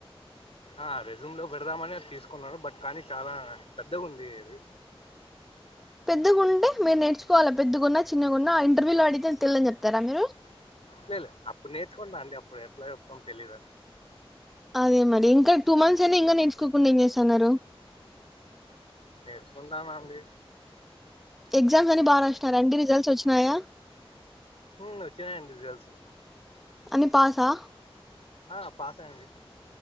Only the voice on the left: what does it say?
ఆ రెజూమ్ లో పెడదామని అది తీసుకున్నాను బట్ కానీ చాలా పెద్దగా ఉంది ఇది
లే లే అప్పుడు నేర్చుకుంటా అండి అప్పుడు ఎట్లా చెప్తాం తెలీదు అని
నేర్చకుంటానండి
హుమ్ వచ్చయండి రిజల్ట్స్
ఆ పాసే అండి